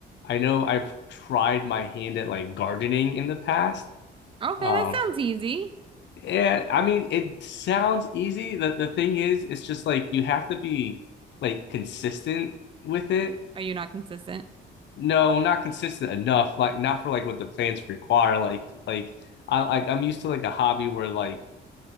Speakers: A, on the left (about 65°); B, on the right (about 25°).
A: I know I've tried my hand at like gardening in the past.
B: Okay,
A: Um
B: that sounds easy.
A: yeah, I mean it sounds easy. The the thing is it's just like you have to be like consistent with it.
B: Are you not consistent?
A: No, not consistent enough, like not for like what the plants require. Like like I like I'm used to like a hobby where like